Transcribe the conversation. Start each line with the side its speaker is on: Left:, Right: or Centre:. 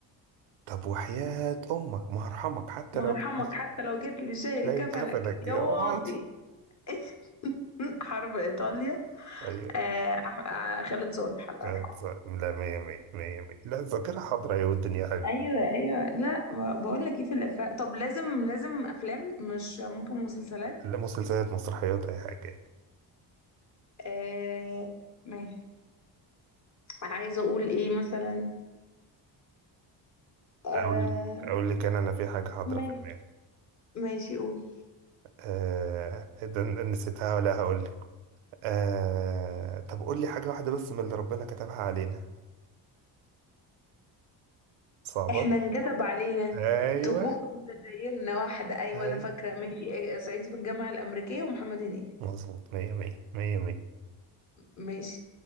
Right: طب وحياة امك ما هرحمك حتى
Left: ما
Right: لو
Left: هرحمك
Right: جيت.
Left: حتى لو جيت لي شايل
Right: شايل
Left: كفنك
Right: كفنك يا
Left: يا واطي
Right: واد.
Left: <laughs> حرب ايطاليا
Right: ايوه
Left: آه، أح- آه، خالد صالح الله
Right: كانت
Left: يرحمه
Right: ص- لا مية مية مية مية لا الذاكرة حاضرة أيوة والدنيا حلوة
Left: ايوه ايوه لا بقول لك ايه في الافلام طب لازم لازم افلام مش ممكن مسلسلات
Right: لا مسلسلات مسرحيات أي حاجة يعني
Left: آه ماشي عايزه اقول ايه مثلا آه
Right: أقول أقول لك أنا أنا في حاجة حاضرة
Left: ماشي
Right: في دماغي
Left: ماشي قول
Right: آه ده نسيتها ولا هقول لك آه طب قول لي حاجة واحدة بس من اللي ربنا كتبها علينا صعبة
Left: احنا انكتب علينا
Right: أيوة
Left: تكون سجايرنا واحده ايوه
Right: أيوة
Left: انا فاكره ماشي آه، صعيدي في الجامعه الامريكيه ومحمد هنيدي
Right: مظبوط مية مية مية مية
Left: ماشي